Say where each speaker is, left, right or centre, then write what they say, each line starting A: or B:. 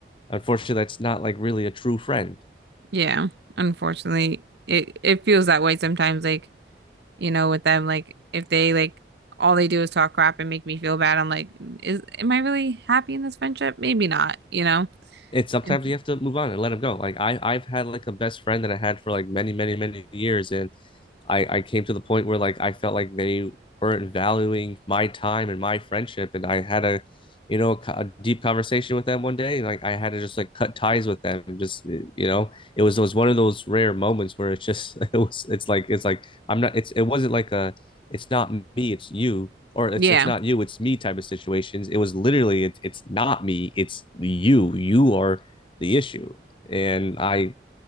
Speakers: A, on the left; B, on the right.
A: unfortunately, that's not like really a true friend.
B: yeah unfortunately it it feels that way sometimes like you know with them like if they like all they do is talk crap and make me feel bad I'm like is am I really happy in this friendship? Maybe not you know
A: And sometimes
B: It's,
A: you have to move on and let them go. Like I, I've had like a best friend that I had for like many, many, many years, and I I came to the point where like I felt like they weren't valuing my time and my friendship, and I had a you know co- a deep conversation with them one day, and like I had to just like cut ties with them, and just you know it was it was one of those rare moments where it's just <laughs> it was it's like it's like I'm not it's it wasn't like a it's not me, it's you. Or it's
B: yeah,
A: it's not you, it's me type of situations. It was literally it's it's not me, it's you. You are the issue. And I